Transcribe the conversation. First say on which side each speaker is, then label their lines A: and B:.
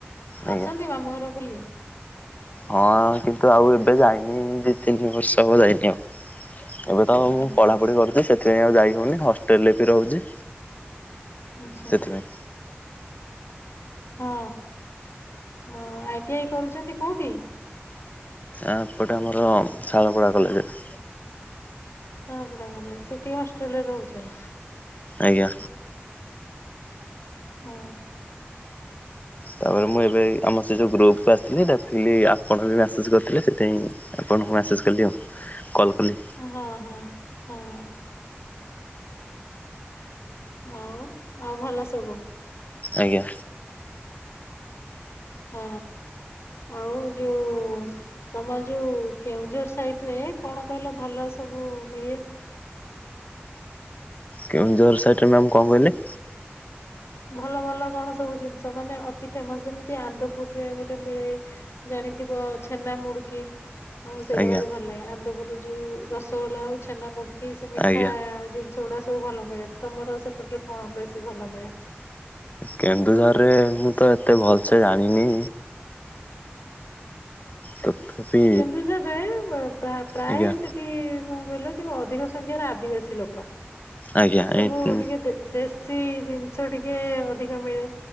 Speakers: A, on the left; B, on the left.
A: ଆଜ୍ଞା।
B: ଆସନ୍ତି ମାମୁଁ ଘର ବୁଲି?
A: ହଁ କିନ୍ତୁ ଆଉ ଏବେ ଯାଇନି ଦି ତିନି ବର୍ଷ ହବ ଯାଇନି ଆଉ। ଏବେ ତ ଆଉ
B: ହଁ
A: ମୁଁ
B: ହଁ
A: ପଢାପଢି କରୁଛି ସେଥିପାଇଁ ଆଉ ଯାଇ ହଉନି ହଷ୍ଟେଲ ରେ ବି ରହୁଛି।
B: ଆଚ୍ଛା
A: ସେଥିପାଇଁ।
B: ହଁ ହଁ ଆଇଟି ଆଇ କରୁଛନ୍ତି କୋଉଠି?
A: ଆ ଏପଟେ ଆମର ସାଳପଡ଼ା କଲେଜରେ।
B: ସାଳପଡା କଲେଜ ସେଠି ହଷ୍ଟେଲରେ ରହୁଛ।
A: ଆଜ୍ଞା।
B: ହୁଁ।
A: ତାପରେ ମୁଁ ଏବେ ଏଇ ଆମ ସେ ଯୋଉ ଗ୍ରୁପ କୁ ଆସିଥିଲି ଦେଖିଲି ଆପଣ ବି ମସେଜ କରିଥିଲେ ସେଥିପାଇଁ ଆପ ଣଙ୍କୁ ମେସେଜ୍ କଲି ଆଉ କଲ କଲି।
B: ହଁ ହଁ ହଁ ହ ହୋଉ ଆଉ ଭଲ ସବୁ।
A: ଆଜ୍ଞା।
B: ହଁ ଆଉ ଯୋଉଁ ତମ ଯୋଉ କେଉଁଝର ସାଇଟ ରେ କଣ କହିଲ ଭଲ ସବୁ ମିଳେ?
A: କେଉଁଝର ସାଇଟରେ ମ୍ୟାମ କଣ କହିଲେ?
B: ଭଲ ଭଲ କଣ ସବୁ ଜିନିଷ ମାନେ ଅତି ଫେମସ ଯେମତି ଆନନ୍ଦପୁରରେ ଗୋଟେ ମିଳେ। ଜାଣିଥିବ ଛେନା ମୁଡକି? ହଁ ସେଇଟା
A: ଆଜ୍ଞା
B: ଭାରି ଭଲ ଲାଗେ ଆନ୍ଦପୁରରୁ ଯୋଉଁ ରସଗୋଲା ହଉ ଛେନା ମୁଡିକି ସେ ମିଠା
A: ଆଜ୍ଞା।
B: ଜିନିଷ ସେଗୁଡ଼ା ସବୁ ଭଲ ମିଳେ ତମର ସେପଟରେ କଣ ବେଶୀ ଭଲ ମିଳେ?
A: କେନ୍ଦୁଝରରେ ମୁଁ ତ ଏତେ ଭଲସେ ଜାଣିନି। ତଥାପି
B: କେନ୍ଦୁଝରରେ ପ୍ରାୟ
A: ଆଜ୍ଞା
B: ସେଠି କଣ କହିଲ ଟିକେ ଅଧିକ ସଂଖ୍ୟାରେ ଆଦିବାସୀ ଲୋକ
A: ଆଜ୍ଞା
B: ସବୁ
A: ଆଜ୍ଞା
B: ଟିକେ ଦେଶ ସେ ଜିନିଷ ଟିକେ ଅଧିକ ମିଳେ